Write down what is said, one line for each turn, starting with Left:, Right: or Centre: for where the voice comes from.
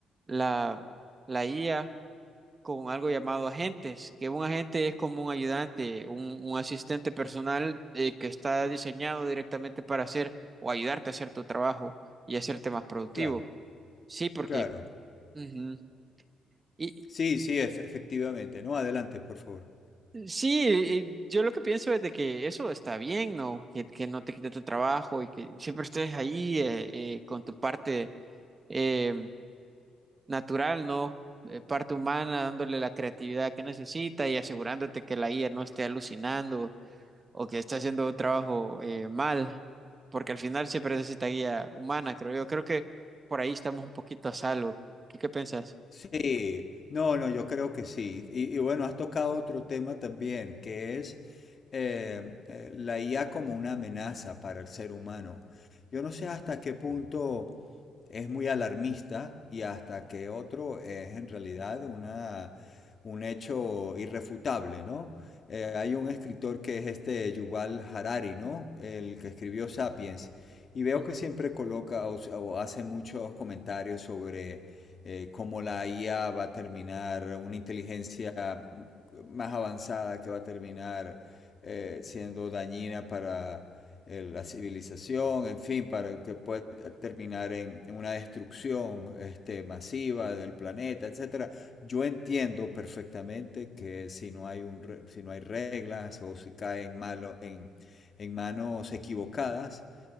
Right: la, la IA con algo llamado agentes, que un agente es como un ayudante, un, un asistente personal eh, que está diseñado directamente para hacer o ayudarte a hacer tu trabajo y hacerte más productivo.
Left: claro,
Right: Sí, porque
Left: claro.
Right: ujú. Y
Left: Sí, sí, ef- efectivamente. No, adelante, por favor.
Right: sí, y yo lo que pienso es de que eso está bien, ¿no? Que, que no te quite tu trabajo y que siempre estés ahí eh, eh, con tu parte eh, natural, ¿no? Eh, parte humana, dándole la creatividad que necesita y asegurándote que la IA no esté alucinando o que está haciendo un trabajo eh, mal, porque al final siempre necesita guía humana, creo yo. Creo que por ahí estamos un poquito a salvo. ¿Qué, qué pensás?
Left: Sí, no, no, yo creo que sí. Y, y bueno, has tocado otro tema también, que es eh, eh, la IA como una amenaza para el ser humano. Yo no sé hasta qué punto es muy alarmista y hasta que otro es en realidad una, un hecho irrefutable, ¿no? Eh, hay un escritor que es este Yuval Harari, ¿no? El que escribió Sapiens. Y veo
Right: Ujú.
Left: que siempre coloca o, o hace muchos comentarios sobre eh, cómo la IA va a terminar, una inteligencia más avanzada que va a terminar eh, siendo dañina para el, la civilización, en fin, para que pueda terminar en, en una destrucción este, masiva del planeta, etcétera. Yo entiendo perfectamente que si no hay, un, si no hay reglas o si cae en, malo, en, en manos equivocadas,